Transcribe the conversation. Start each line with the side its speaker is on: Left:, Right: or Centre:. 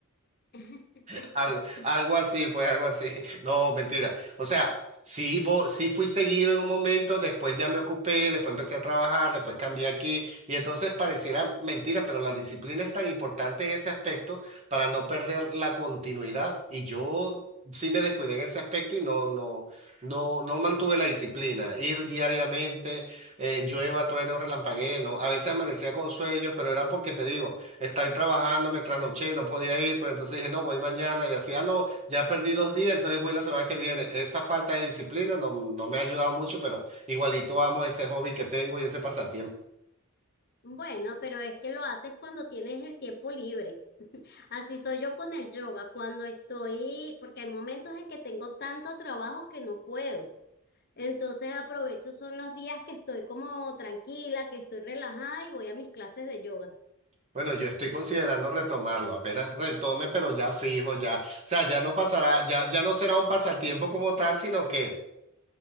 Left: <laughs>
Right: <laughs> Algo, algo así, pues algo así. <laughs> No, mentira. O sea, sí, vo- sí fui seguido en un momento, después ya me ocupé, después empecé a trabajar, después cambié aquí y entonces pareciera mentira, pero la disciplina es tan importante en ese aspecto para no perder la continuidad. Y yo sí me descuidé en ese aspecto y no, no, no, no mantuve la disciplina. Ir diariamente, eh, llueva, trueno, relampaguee, no. A veces amanecía con sueño, pero era porque te digo. Estaba trabajando, me trasnoché, no podía ir, pero entonces dije, no, voy mañana y así, ah, no, ya perdí dos días, entonces voy la semana que viene. Esa falta de disciplina no, no me ha ayudado mucho, pero igualito amo ese hobby que tengo y ese pasatiempo.
Left: Bueno, pero es que lo haces cuando tienes el tiempo libre. Así soy yo con el yoga, cuando estoy, porque hay momentos en que tengo tanto trabajo que no puedo. Entonces aprovecho, son los días que estoy como tranquila, que estoy relajada y voy a mis clases de yoga.
Right: Bueno, yo estoy considerando retomarlo, apenas retome, pero ya fijo, ya, o sea, ya no pasará, ya, ya no será un pasatiempo como tal, sino que